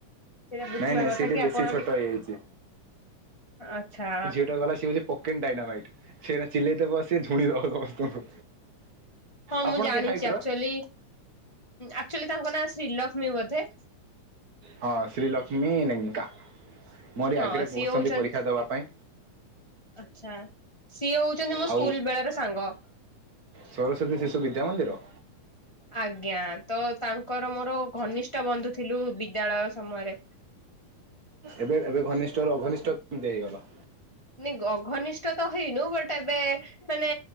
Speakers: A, on the left (about 50°); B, on the right (about 55°).
A: ସେଇଟା ବୁଝିବା
B: ନାଇଁ ନାଇଁ
A: କଥା
B: ସେ ଟିକେ
A: କି
B: ବେଶୀ
A: ଆପଣ
B: ଛୋଟ
A: ଟିକେ
B: ହେଇଯାଇଛି
A: ଆଚ୍ଛା।
B: <unintelligible> ଓକେନ ଡାଇନାମାଇଟ ସିଏ ଏଇନା ଚିଲେଇ ଦେବ ସିଏ ଝୁଣି ଦବ ସମସ୍ତଙ୍କୁ।
A: ହଁ ମୁଁ
B: ଆପଣ
A: ଜାଣିଛି
B: କି ହାଇଟ୍ ର
A: ଆକଚୁଆଲି ଆକଚୁଆଲି ତାଙ୍କ ନାଁ ଶ୍ରୀଲକ୍ଷ୍ମୀ ବୋଧେ।
B: ହଁ ଶ୍ରୀଲକ୍ଷ୍ମୀ ଲେଙ୍କା ମୋରି
A: ହଁ
B: ଆଗରେ
A: ସିଏ
B: ବସୁଛନ୍ତି
A: ହଉଛନ୍ତି
B: ପରୀକ୍ଷା ଦବା ପାଇଁ।
A: ଆଚ୍ଛା ସିଏ ହଉଛନ୍ତି ମୋ
B: ଆଉ
A: ସ୍କୁଲ ବେଳର ସାଙ୍ଗ।
B: ସରସ୍ଵତୀ ଶିଶୁ ବିଦ୍ୟା ମନ୍ଦିର।
A: ଆଜ୍ଞା ତ ତାଙ୍କର ମୋର ଘନିଷ୍ଠ ବନ୍ଧୁ ଥିଲୁ ବିଦ୍ୟାଳୟ ସମୟରେ।
B: ଏବେ ଏବେ ଘନିଷ୍ଠରୁ ଅଘନିଷ୍ଠ କେମିତି ହେଇଗଲ?
A: ମାନେ ଅଘନିଷ୍ଠ ତ ହେଇନୁ ବଟ ଏବେ ମାନେ